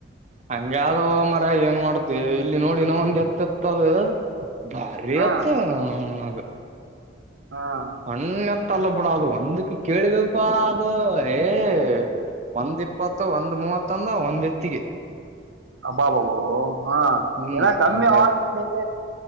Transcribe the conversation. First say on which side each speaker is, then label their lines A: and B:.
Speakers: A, on the right; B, on the right.
A: ಹಂಗ ಯಾವ್ದೋ ಮರ ಏನ್ ಮಾಡ್ತಿ ಇಲ್ಲಿ ನೋಡಿಿನ ಒಂದ್ ಎತ್ತ ಎತ್ತದ ಭಾರಿ
B: ಹ
A: ಅತ್ತ ನನಾಗ
B: ಹ
A: ಅಣ್ಣೆತ್ತ ಅಲ್ಲ ಬಿಡ ಅದು ಒಂದಕ್ಕೆ ಕೇಳಿದವಪಾ ಅದು ಏ ಒಂದ್ ಇಪ್ಪತ್ತು ಒಂದ್ ಮೂವತ್ತ ಅಂದ ಒಂದ್ ಎತ್ತಿಗೆ
B: ಅಬ್ಬಾಬಾಬಾಬ ಹಾ
A: ಹ್ಮ್
B: ಏನ ಕಮ್ಮಿ
A: ಅಂತ
B: ಹ ಕೊಡಿ